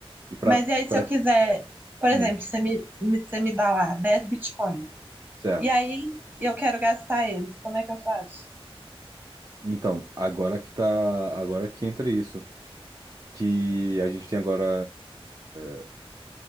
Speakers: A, on the right; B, on the right.
A: E para.
B: Mas e aí,
A: Pra...
B: se eu
A: pra-
B: quiser, por exemplo,
A: hum,
B: você me, me- você me dá lá dez bitcoins.
A: certo.
B: E aí eu quero gastar eles, como é que eu faço?
A: Então, agora que tá, agora que entra isso. que a gente tem agora, eh,